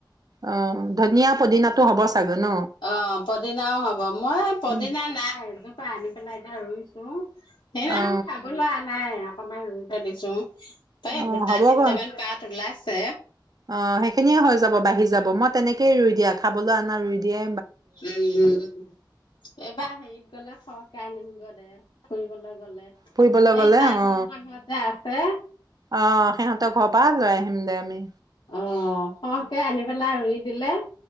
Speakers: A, on the right (about 50°); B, on the left (about 85°).
A: অ ধনিয়া পদিনাটো হ'ব চাগৈ ন
B: অ পদিনাও হব মই পদিনা
A: উম
B: নাই এজোপা আনি পেলাই। এয়া ৰুইছো সেই দিনা
A: অ
B: খাবলৈ নাই কমাই ৰুই থৈ দিছো তে
A: অ
B: দুটাত
A: হ'বগৈ
B: তিনিটামান পাত উলাইছ তে
A: অ সেইখিনিয়ে হৈ যাব বাঢ়ি যাব মই তেনেকে। কেই ৰুই দিয়া খাবলৈ আনা ৰুই দিয়া
B: এইবাৰ হেৰিত গলে ফ ক নিমগ দে ফুৰিবলৈগে গলে সেই
A: ফুৰিবলৈ গলে
B: তাই
A: অ
B: সিহঁতৰ ঘৰতে আ হে
A: অ সিহঁতৰ ঘৰ পৰা লৈ আহিম দে আমি
B: অ খকে। আনি পেলাই ৰুই দিলে